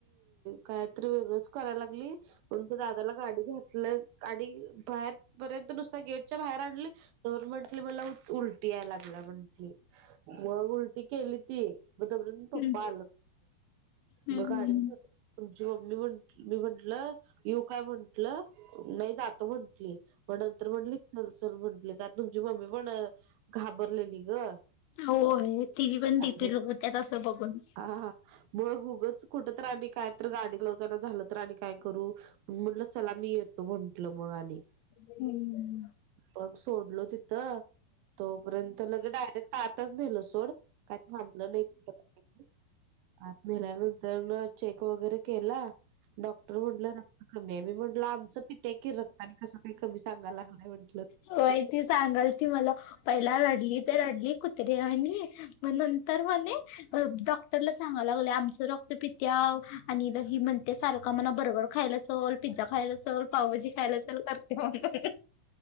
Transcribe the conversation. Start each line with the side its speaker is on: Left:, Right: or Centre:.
Right: कायत वेगळच करायला लागली म्हण दादाला गाडी घात. काडी. बाहेर पर्यंत नुसता गेटच्या बाहेर आणले तर म्हंटली मला उलटी यायला लाग. भला बनली. मग उलटी केली ती मग दबरून पप्पा
Left: हम्म
Right: आला
Left: हम्म
Right: मगड. तुमची मम्मी म्ह मी म्हंटलं यू काय म्हंटलं नाही जात म्हण. मग नंतर म्हंटली चलचल म्हंटली कारण तुमची मम्मी पण घाबरलेली ग.
Left: होय तिची पण
Right: आणि
Left: बीपी लो होत्या तं बघून.
Right: हा हा मग उगंच कुठ तर आणि काय तर गाडी ला काय तर झालं तर आणि काय करू. म्हटलं चला मी येतो म्हंटल मग आणि
Left: हम्म
Right: मग सोडलो त. तोपर्यंत लगे डायरेक्ट आताच नाहीे ल सोड काही थांबलं नाही. आणि त्याच्यानंतरण चेक वगैरे केला. डॉक्टर म्हंटलं रक्त कमी आहे मी म्हटलं आमचं पित्या की रक्त. आणि कस काही कमी सगय लागय म्हण.
Left: होय ती सांगाल ती मला पहिला रडली ते रडली. कुत्रे आणि म नंतर म्हणे. रला सांगा लागलं आमचं रक्तपित्या आणि ल ह म्हणत्या सारखं. का मना बरोबर खायला असेल पिझ्झा खायला असेल पावभाजी खायला असेल करते.